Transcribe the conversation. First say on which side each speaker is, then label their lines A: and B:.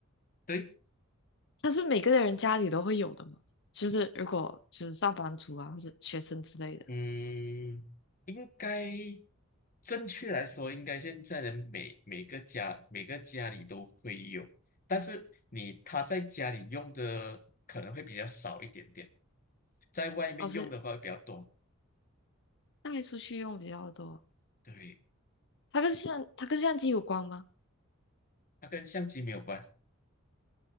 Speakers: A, on the left; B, on the left.
A: 对，
B: 它是每个人家里都会有的嘛。就是如果就是上班族啊，或者学生之类的，
A: 嗯，应该正确来说，应该现在的每每个家每个家里都会有，但是你他在家里用的可能会比较少一点点，在外面用的话会比较多。
B: 老师带出去用比较多。
A: 对，
B: 它跟相它跟相机有关吗？
A: 它跟相机没有关。